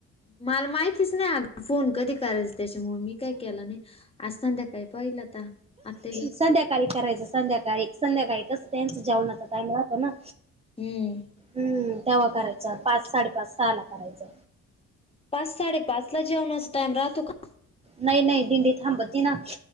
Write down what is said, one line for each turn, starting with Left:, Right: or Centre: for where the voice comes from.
Left: मला माहितीच नाही अगं फोन कधी करायचा, त्याच्यामुळं मी काय केला नाही. आज संध्याकाळी पाहिलं आता, आता हे.
Right: संध्याकाळी करायचं संध्याकाळी, संध्याकाळी कसं त्यांच जेवणाचा टाइम राहत ना.
Left: हम्म.
Right: हम्म तवा करायचं, पाच साडेपाच सहाला करायचं.
Left: पाच साडेपाचला जेवणाचं टाइम राहतो का?
Right: नाही नाही, दिंडी थांबती ना.